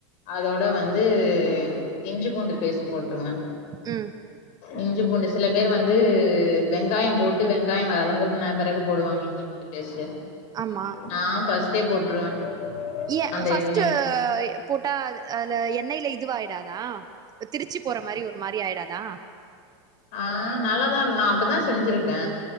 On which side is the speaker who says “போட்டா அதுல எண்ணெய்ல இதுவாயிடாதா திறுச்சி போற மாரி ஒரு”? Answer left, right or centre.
Right